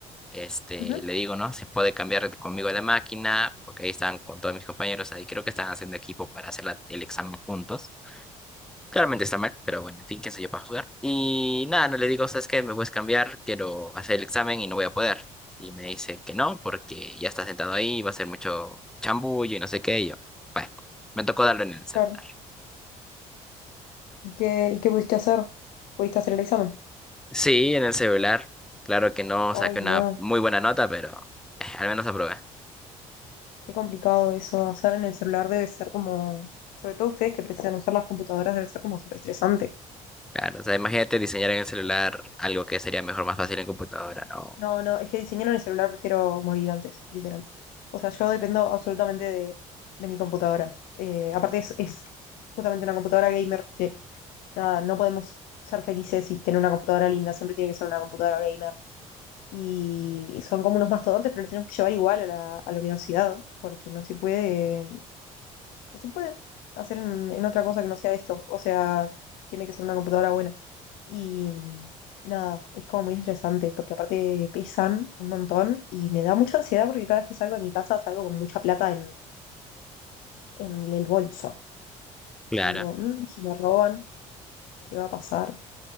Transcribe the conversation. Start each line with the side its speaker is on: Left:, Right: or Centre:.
Centre: este,
Left: ujú,
Centre: le digo, ¿no? Si puede cambiar conmigo de máquina, porque ahí están con todos mis compañeros, ahí creo que están haciendo equipo para hacer la- el examen juntos. Claramente está mal, pero bueno, en fin, quién soy yo para jugar. Y nada, no le digo, ¿sabes qué? Me puedes cambiar, quiero hacer el examen y no voy a poder. Y me dice que no, porque ya está sentado ahí, va a ser mucho chambullo y no sé qué. Y yo, bueno, me tocó darlo en el celular.
Left: claro. ¿Y qué, y qué pudiste hacer? ¿Pudiste hacer el examen?
Centre: Sí, en el celular. Claro que no
Left: Ay,
Centre: saqué una
Left: no,
Centre: muy buena nota, pero eh, al menos aprobé.
Left: qué complicado eso. Hacer en el celular debe ser como, sobre todo ustedes que precisan usar las computadoras, debe ser como súper estresante.
Centre: Claro, o sea, imagínate diseñar en el celular algo que sería mejor, más fácil en computadora, ¿no?
Left: No, no, es que diseñar en el celular prefiero morir antes, literal. O sea, yo dependo absolutamente de, de mi computadora. Eh, aparte es, es justamente una computadora gamer que, nada, no podemos ser felices y tener una computadora linda, siempre tiene que ser una computadora gamer y son como unos mastodontes, pero los tenemos que llevar igual a la, a la universidad, porque no se puede, no se puede hacer en, en otra cosa que no sea esto. O sea, tiene que ser una computadora buena. Y mm, nada, es como muy estresante, porque aparte pesan un montón y me da mucha ansiedad porque cada vez que salgo de mi casa salgo con mucha plata en, en el bolso.
Centre: Claro.
Left: Y digo, "Mm, si me roban, ¿qué va a pasar?